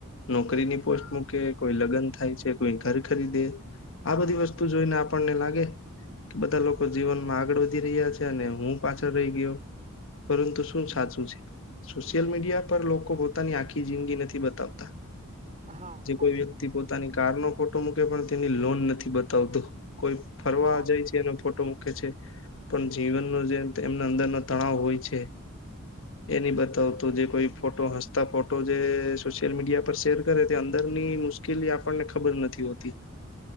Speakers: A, on the left; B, on the right.
A: નોકરીની પોસ્ટ મૂકે કોઈ લગ્ન થાય છે કોઈ ઘર ખરીદે આ બધી વસ્તુ જોઈને આપણને લાગે કે બધા લોકો જીવનમાં આગળ વધી રહ્યા છે અને હું પાછળ રહી ગયો પરંતુ શું સાચું છે સોશિયલ મીડિયા પર લોકો પોતાની આખી જિંદગી નથી બતાવતા
B: હા
A: જે
B: સાચી
A: કોઈ વ્યક્તિ
B: વાત છે
A: પોતાની કાર નો ફોટો મૂકે પણ તેની લોન નથી બતાવતો કોઈ ફરવા
B: હા
A: જાય છે એનો ફોટો મુકે છે પણ જીવનનો જે એમના અંદરનો તણાવ હોય છે એ ન બતાવતો જે કોઈ ફોટો હસતા ફોટો જે સોશિયલ મીડિયા પર શેર કરે તે અંદરની મુ કેલી આપણને ખબર નથી હોતી